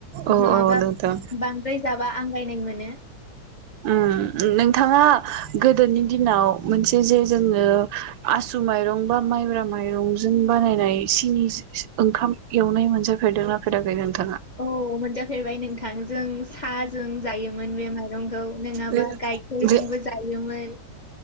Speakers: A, on the right (about 80°); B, on the left (about 50°).
A: औ
B: नङाबा
A: नोंथां
B: बांद्राय जाबा आंगायनाय मोनो।
A: उम नोंथाङा गोदोनि दिनाव मोनसे जे जोङो आसु माइरं बा माइब्रा माइरं जों बानायनाय सिनि सि ओंखाम एवनाय मोनजाफेरदोंनाफेराखै नोंथां?
B: औ मोनजाफेरबाय नोंथां जों साजों जायोमोन। मोन बे माइरंखौ नङाबा
A: बे
B: गाइखेरजोंबो
A: बे
B: जायोमोन।